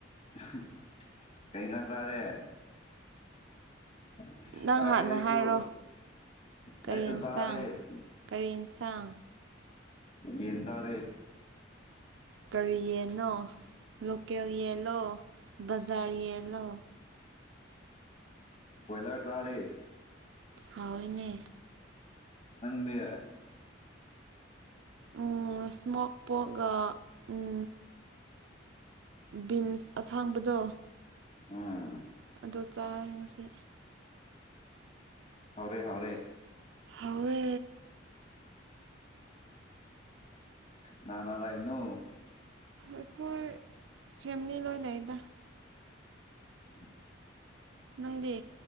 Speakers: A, on the left; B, on the right.
A: <unintelligible> ꯀꯩ ꯍꯤꯟꯖꯥꯡ ꯆꯥꯔꯦ ꯆꯥꯔꯦ
B: ꯅꯪ ꯍꯥꯟꯅ
A: ꯑꯩꯁꯨ
B: ꯍꯥꯏꯔꯣ ꯀꯔꯤ
A: ꯑꯩꯁꯨ
B: ꯏꯟꯁꯥꯡ
A: ꯆꯥꯔꯦ
B: ꯀꯔꯤ ꯏꯟꯁꯥꯡ
A: ꯌꯦꯟ ꯆꯥꯔꯦ
B: ꯀꯔꯤ ꯌꯦꯟꯅꯣ ꯂꯣꯀꯦꯜ ꯌꯦꯜꯂꯣ ꯕꯖꯥꯔ ꯌꯦꯜꯂꯣ
A: ꯀꯣꯏꯂ꯭ꯔ ꯆꯥꯔꯦ
B: ꯍꯥꯎꯋꯤꯅꯦ
A: ꯅꯪꯗꯤ
B: ꯎꯝ ꯏꯁꯃꯣꯛ ꯄꯣꯛꯀ ꯎꯝ ꯕꯤꯟꯁ ꯑꯁꯥꯡꯕꯗꯣ
A: ꯑꯥ
B: ꯑꯗꯨ ꯆꯥꯏ ꯉꯁꯤꯗꯤ
A: ꯍꯥꯎꯔꯦ ꯍꯥꯎꯔꯦ
B: ꯍꯥꯎꯋꯦ
A: ꯅꯥ ꯅꯥ ꯂꯩꯅꯣ
B: ꯑꯩꯈꯣꯏ ꯐꯦꯃꯤꯂꯤ ꯂꯣꯏ ꯂꯩꯗ
A: ꯎꯝ
B: ꯅꯪꯗꯤ